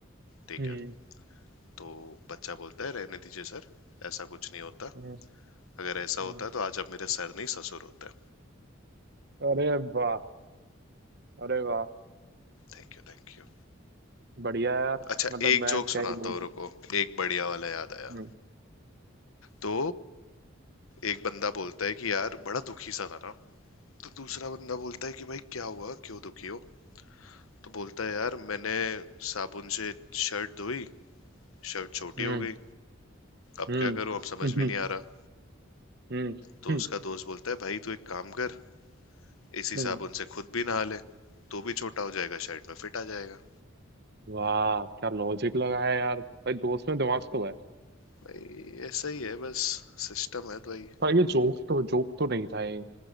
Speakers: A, on the left; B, on the right.
A: ठीक
B: हम्म
A: है तो बच्चा बोलता है रहने दीजिए सर ऐसा कुछ नहीं होता
B: हम्म
A: अगर ऐसा
B: हम्म।
A: होता तो आज आप मेरे सर नहीं ससुर होते
B: अरे वाह अरे वाह
A: Thank you thank you
B: बढ़िया यार
A: अच्छा
B: मतलब
A: एक
B: मैं
A: जोक
B: क्या
A: सुनाता
B: ही बोलूं
A: हूँ रुको एक बढ़िया वाला याद आया
B: हम्म
A: तो एक बंदा बोलता है कि यार बड़ा दुखी सा था ना तो दूसरा बंदा बोलता है कि भाई क्या हुआ क्यों दुखी हो तो बोलता है यार मैंने साबुन से शर्ट धोई शर्ट छोटी
B: हम्म
A: हो गई अब
B: हम्म
A: क्या करूं अब समझ
B: हम्म
A: में नहीं आ रहा
B: हम्म
A: तो
B: हम्म,
A: उसका दोस्त बोलता है भाई तू एक काम कर इसी
B: हम्म।
A: साबुन से खुद भी नहा ले तो भी छोटा हो जाएगा शर्ट में फिट आ जाएगा
B: वाह क्या लॉजिक लगा है यार भाई दोस्त में दिमाग तो है
A: भाई ऐसा ही है बस सिस्टम है भाई
B: पर ये जोक तो जोक तो नहीं था ये